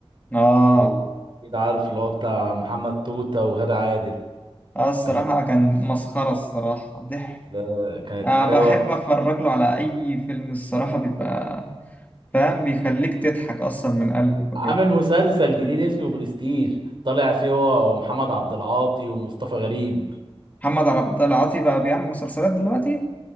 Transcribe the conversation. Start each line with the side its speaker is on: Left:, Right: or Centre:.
Left: آه
Right: ال- اكيد عارف اللي هو بتاع محمد توته وغادة عادل
Left: آه الصراحة
Right: كان
Left: كان مسخرة الصراحة ضحك
Right: ده كانت
Left: أنا
Right: حلوة
Left: بحب أتفرج له على أي فيلم الصراحة بيبقى فاهم بيخليك تضحك أصلا من قلبك وكده
Right: عامل مسلسل جديد اسمه برستيج طالع فيه هو ومحمد عبد العاطي ومصطفى غريب
Left: محمد عبد العاطي بقى بيعمل مسلسلات دلوقتي